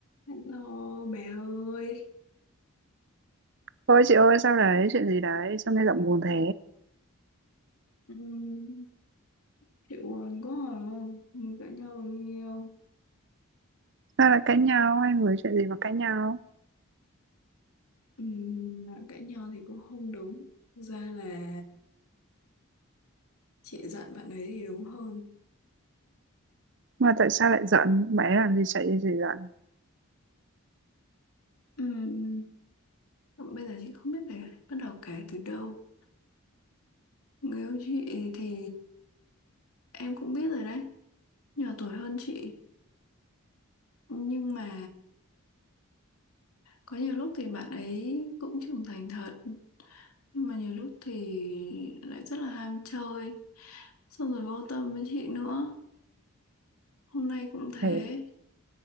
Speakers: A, on the left; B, on the right.
A: Hello bà ơi
B: Thôi chị ơi sao đấy chuyện gì đấy sao nghe giọng buồn thế
A: Ừm, Chị buồn quá à Mình cãi nhau bao nhiêu
B: sao lại cãi nhau hai người chuyện gì mà cãi nhau
A: Ừm, Nói cãi nhau thì cũng không đúng Thực ra là chị giận bạn ấy thì đúng hơn
B: mà tại sao lại giận bạn ấy làm gì chạy gì giận
A: Ừm, Bây giờ chị không biết phải bắt đầu kể từ đâu Người yêu chị thì em cũng biết rồi đấy Nhỏ tuổi hơn chị Nhưng mà có nhiều lúc thì bạn ấy cũng trưởng thành thật nhưng mà nhiều lúc thì lại rất là ham chơi xong rồi vô tâm với chị nữa hôm nay cũng thế
B: thế